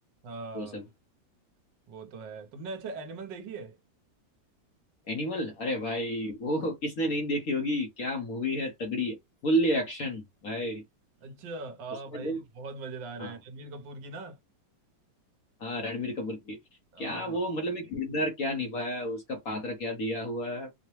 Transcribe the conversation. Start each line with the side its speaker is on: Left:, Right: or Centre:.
Right: हाँ
Left: वो सब
Right: वो तो है तुमने अच्छा एनिमल देखी है
Left: एनिमल अरे भाई वो किसने नहीं देखी होगी क्या मूवी है तगड़ी फुल्ली एक्शन भाई
Right: अच्छा हाँ
Left: उसमें
Right: भाई
Left: जो
Right: बहुत मजेदार
Left: हाँ
Right: है रणबीर कपूर की ना
Left: हाँ रणबीर कपूर की
Right: हाँ
Left: क्या वो मतलब में किरदार क्या निभाया उसका पात्र क्या दिया हुआ है